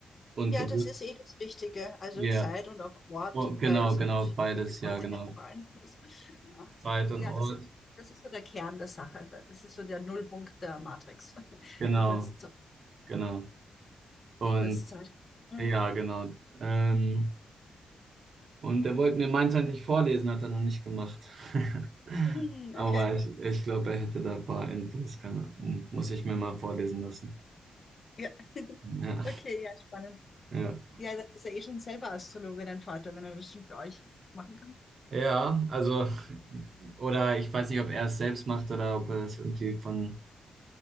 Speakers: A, on the right; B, on the left.
A: Und
B: Ja,
A: Geburt,
B: das ist eh das Wichtige. Also
A: ja,
B: Zeit und auch Ort,
A: oh,
B: weil
A: genau,
B: es
A: genau,
B: unterschiedliche
A: beides,
B: Kontinente
A: ja, genau.
B: waren. muss. Ja,
A: Zeit und
B: Ja,
A: Ort,
B: das, ist- das ist so der Kern der Sache. Das ist so der Nullpunkt der Matrix. <laughs>
A: genau,
B: Geburtszeit.
A: genau. Und
B: Geburtszeit. Mhm.
A: ja, genau. Ähm, Und er wollte mir meins eigentlich vorlesen, hat er noch nicht gemacht. <laughs>
B: Mhm,
A: Aber
B: Okay.
A: ich, ich glaube, er hätte da ein paar Infos. Kann, muss ich mir mal vorlesen lassen.
B: Ja. <laughs>
A: Ja,
B: Okay, ja, spannend.
A: ja.
B: Ja, das ist ja eh schon selber Astrologe, dein Vater, wenn er das schon für euch machen kann.
A: Ja, also, oder ich weiß nicht, ob er es selbst macht oder ob er das irgendwie von,